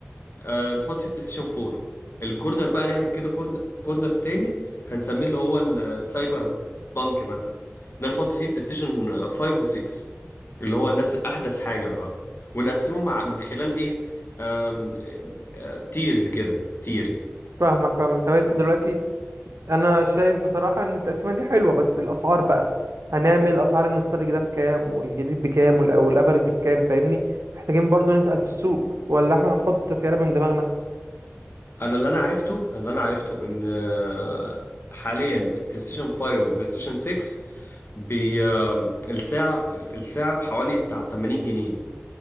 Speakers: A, on the left; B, on the right.
A: آه نحط فيه بلاي ستيشن 4 الكورنر بقى نعمل كده كورنر كورنر تاني هنسميه اللي هو السايبر بانك مثلا ده نحط فيه بلاي ستيشن 5 و6 اللي هو الناس احدث حاجه بقى ونقسمه مع من خلال ايه آم... آه، تيرز كده تيرز
B: فاهمك فاهمك طب انت دلوقتي انا شايف بصراحه ان التقسيمه دي حلوه بس الاسعار بقى هنعمل اسعار النوستالج ده بكام والجديد بكام وال- والافرج بكام فاهمني محتاجين برضو نسأل في السوق ولا احنا هنحط سعر من دماغنا
A: انا اللي انا عرفته اللي انا عرفته ان آه، حاليا البلاي ستيشن 5 وبلاي ستيشن 6 بي آم، الساعه الساعه بحوالي بتاع 80 جنيه